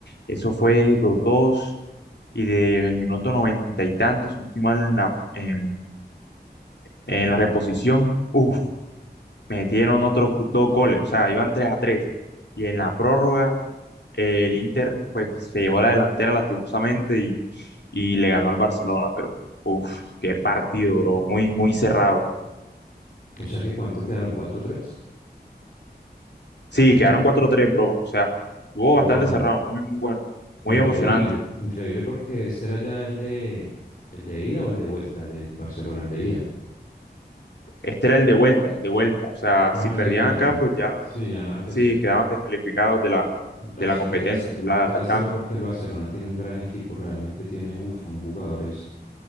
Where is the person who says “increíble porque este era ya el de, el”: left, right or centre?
Left